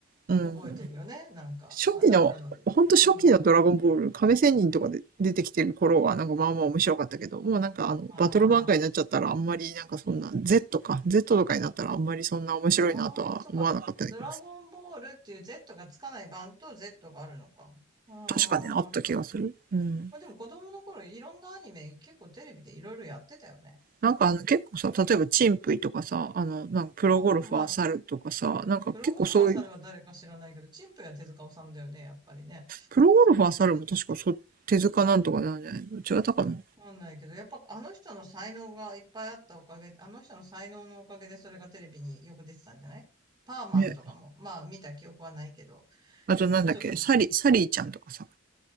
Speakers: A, on the right; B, on the right.
A: うん。
B: 覚えてるよね。なんか、
A: 初期の、
B: あなたの、
A: ほんと初期のドラゴンボール、
B: うん。
A: 亀仙人とかで出てきてる頃はなんかまあまあ面白かったけど、もうなんかあの、
B: あー、
A: バトル漫画になっちゃったらあんまりなんかそんな、Z か、Z とかになったらあんまりそんな面白いなとは思わなかったんだけど、
B: あー、そうか。ドラゴンボールっていう Z がつかない版と Z があるのか。うーん。
A: 確かね、あった気がする。うん。
B: まあでも子供の頃いろんなアニメ結構テレビでいろいろやってたよね。
A: なんかあの結構さ、例えばチンプイとかさ、あの、なんかプロゴルファー猿とかさ、
B: ああ、まあ、
A: なんか結構そういう、
B: プロゴルファー猿は誰か知らないけど、チンプや手塚治虫だよね、やっぱりね。
A: プロゴルファー猿も確かそ、手塚なんとかなんじゃないの違ったかな
B: わかんないけど、やっぱあの人の才能がいっぱいあったおかげ、あの人の才能のおかげでそれがテレビによく出てたんじゃないパーマンとかも、
A: ね。
B: まあ見た記憶はないけど、
A: あとなんだっけ、
B: ちょっと、
A: サリ、サリーちゃんとかさ。